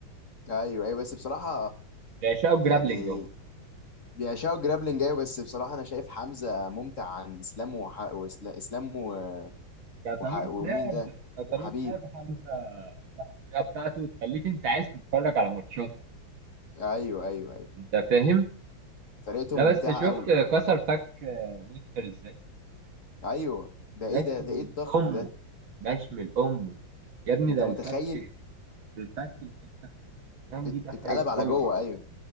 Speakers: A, on the left (about 40°); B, on the right (about 70°).
A: ايوه ايوه بس بصراحه
B: بيعشقوا الجرابلينج
A: يعني
B: هم
A: بيعشقوا جرابلينج ايوه بس بصراحه انا شايف حمزه ممتع عن اسلام وح... وإسلا- اسلام و...
B: كطريقه
A: وح... ومين
B: لعب
A: ده
B: كطريقه
A: وحبيب
B: لعب حمزه الطريقه بتاعته تخليك انت عايز تتفرج على ماتشاته
A: ايوه ايوه ايوه
B: انت فاهم
A: طريقته
B: لا
A: ممتعه
B: بس شفت
A: قوي
B: كسر فك آه، ويستر ازاي
A: ايوه ده ايه
B: بشمل
A: ده ده ايه الضغط
B: امه
A: ده
B: بشمل امه يا ابني
A: انت
B: ده
A: متخيل
B: الفك الفك الحته الأسنان
A: ات...
B: دي دخلت
A: اتقلب على
B: جوه
A: جوه ايوه